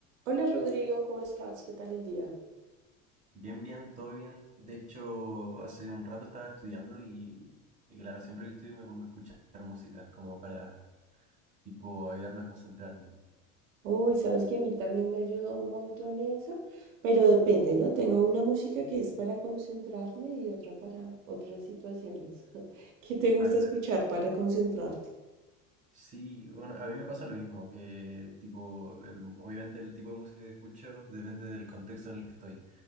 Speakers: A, on the right (about 80°); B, on the right (about 20°).
A: Hola Rodrigo, ¿cómo estás? ¿Qué tal el día?
B: Bien, bien, todo bien. De hecho, hace un rato estaba estudiando y, y claro, siempre que estudio me pongo a escuchar música como para, tipo, ayudarme a concentrarme.
A: Uy, sabes que a mí también me ayuda un montón eso, pero depende, ¿no? Tengo una música que es para concentrarme y otra para otras situaciones. <laughs> ¿Qué te gusta
B: Ah, claro.
A: escuchar para concentrarte?
B: Sí, bueno, a mí me pasa lo mismo, que tipo, el, obviamente el tipo de música que escucho depende del contexto en el que estoy.